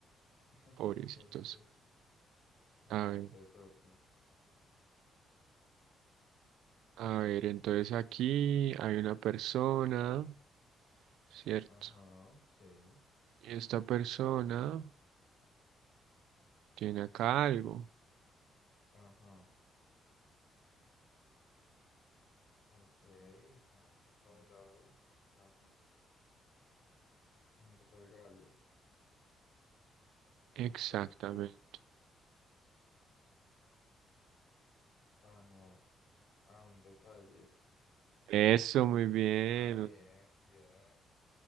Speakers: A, on the left (about 65°); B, on the right (about 80°).
A: <laughs>
B: pobrecitos.
A: bueno, sí. A
B: A
A: ver,
B: ver,
A: te toca.
B: a ver, entonces aquí hay una persona, ¿cierto?
A: Ajá, sí.
B: Esta persona tiene acá algo.
A: Ajá. Ok, un cuadrado, una caja, un regalo, obsequio.
B: Exactamente.
A: Ah, no. Ah, un detalle.
B: Eso, muy bien.
A: Ah, bien, bien.